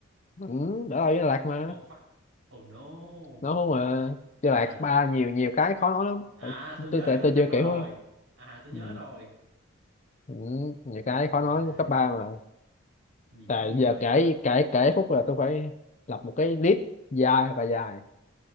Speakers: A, on the left; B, on the right.
A: ừ đỡ tàu với Đà Lạt mà
B: oh fuck oh no
A: nó không mà Đà Lạt
B: à
A: cấp ba nhiều nhiều cái khó nói lắm
B: à
A: tại
B: tôi nhớ
A: tôi tại
B: cái khoảnh
A: tôi
B: khắc
A: chưa
B: đó
A: kiểu
B: rồi
A: lắm
B: à tôi nhớ
A: ừ.
B: rồi
A: ừ, nhiều cái
B: Ây
A: khó nói
B: da,
A: cấp ba mà
B: nhiều
A: tại
B: có nhiều
A: giờ
B: bạn
A: kể
B: quá
A: kể kể phút là
B: chết
A: tôi phải lập một cái list dài và dài